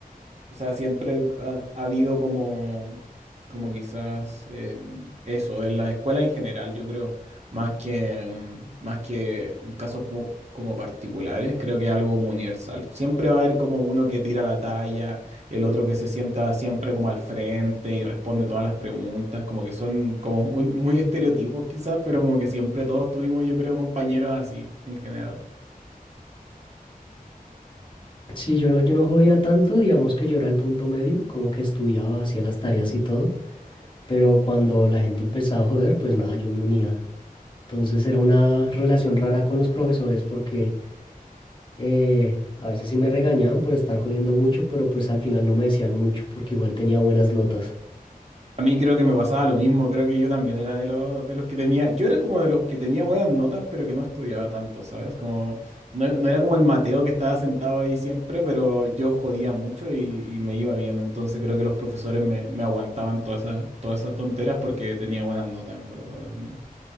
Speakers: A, on the right; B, on the left.
A: o sea, siempre ha, ha habido como, como quizás em, eso, en la escuela en general, yo creo, más que, em, más que en casos pu- como particulares, creo que es algo como universal. Siempre va a haber como uno que tira la talla, el otro que se sienta siempre como al frente y responde todas las preguntas, como que son como muy, muy estereotipos quizás, pero como que siempre todos tuvimos, yo creo, compañeros así en general.
B: Sí, yo no, yo no jodía tanto, digamos que yo era el punto medio, como que estudiaba, hacía las tareas y todo, pero cuando la gente empezaba a joder, pues nada, yo me unía. Entonces era una relación rara con los profesores porque eh, a veces sí me regañaban por estar jodiendo mucho, pero pues al final no me decían mucho porque igual tenía buenas notas.
A: A mí creo que me pasaba lo mismo, creo que yo también era de los, de los que tenía, yo era como de los que tenía buenas notas, pero que no estudiaba tanto, ¿sabes? Como, no, no era como el Mateo que estaba sentado ahí siempre, pero yo jodía mucho y, y me iba bien, entonces creo que los profesores me, me aguantaban todas esas, todas esas tonteras porque tenía buenas notas, en verdad, también.